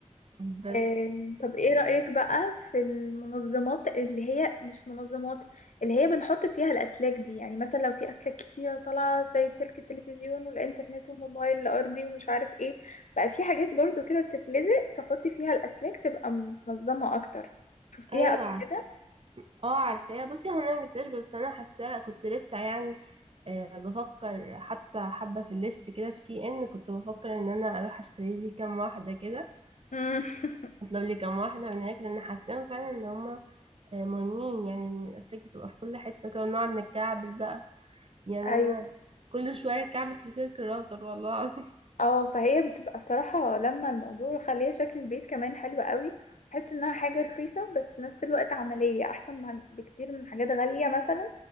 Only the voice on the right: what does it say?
بس
ايوه
اه عارفاه بصي هو انا مجبتهاش بس انا حاساه كنت لسه يعني آه، بفكر حتى حبه في الليست كده في سي ان كنت بفكر ان انا اروح اشتري لي كام واحده كده
اطلب لي كام واحده من هناك لان حاساهم فعلا ان هما آه، مهمين يعني إن الاسلاك بتبقى في كل حته كده ونقعد نتكعبل بقى يعني
انا كل شويه كعبل في سلك الراوتر والله العظيم